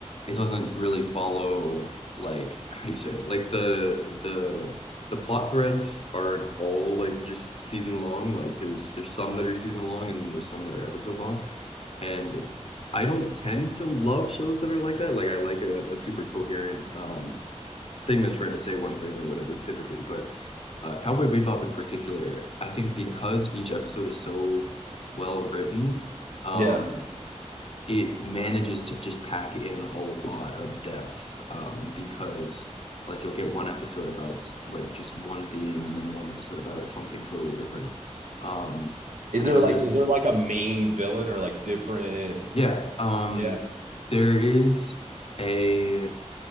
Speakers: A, on the left; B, on the right.
A: it doesn't really follow like how do you say it? Like the the the plot threads aren't all like just season long. Like there's there's some that are season long and then there's some that are episode long. And I don't tend to love shows that are like that. Like I like a, a super coherent um thing that's trying to say one thing or whatever typically, but uh, Cowboy Bebop in particular, I think because each episode is so well written, um,
B: yeah.
A: it manages to just pack in a lot of depth um, because like you'll get one episode about like just one theme and then one episode about it something totally different. Um,
B: Is
A: and
B: there
A: I know
B: like
A: there's
B: is there like a main villain or like different?
A: yeah, um,
B: Yeah.
A: there is a